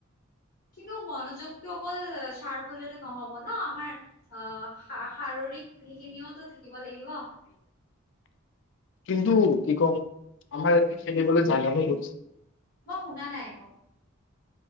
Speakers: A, on the left; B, on the left.
A: কিন্তু মনোযোগটো অকল চাৰ্ভ হ'লেতো নহ'ব। হব ন আমাৰ আ শাৰৰিক সেইখিনিও টো থাকিব লাগিব।
B: কিন্তু কি কম আমাৰ এতে খেলিবলৈ যায় নহয়নো
A: মই শুনা নাই একো